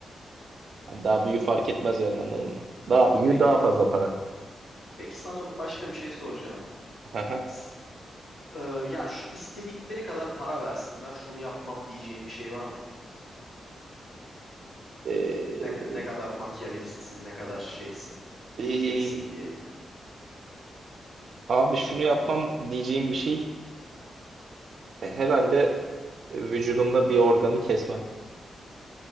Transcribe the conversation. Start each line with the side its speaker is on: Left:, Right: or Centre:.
Right: Yani daha büyüğü fark etmez yani anladın mı? Daha büyüğü
Left: Peki
Right: daha fazla para.
Left: peki sana başka bir şey soracağım.
Right: Aha.
Left: S- e, ya şu istedikleri kadar para versinler şunu yapmam diyeceğin bir şey var mı?
Right: Ee,
Left: Ne, ka- ne kadar makyavelistsin ne kadar şeysin
Right: ee,
Left: ilkelisin
Right: e,
Left: diye.
Right: abi şunu yapmam diyeceğim bir şey. e, Herhalde vücudumda bir organı kesmem.